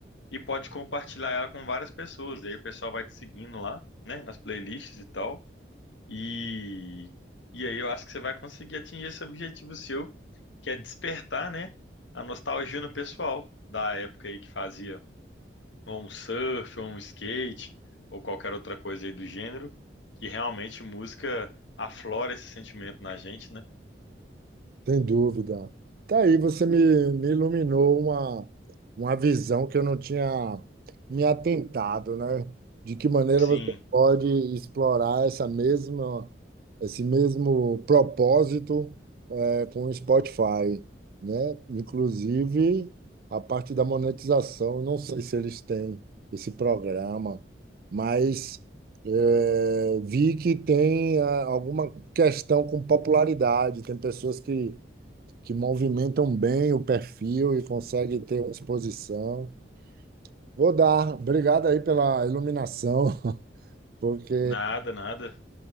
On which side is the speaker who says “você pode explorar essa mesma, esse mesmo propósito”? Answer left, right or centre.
Right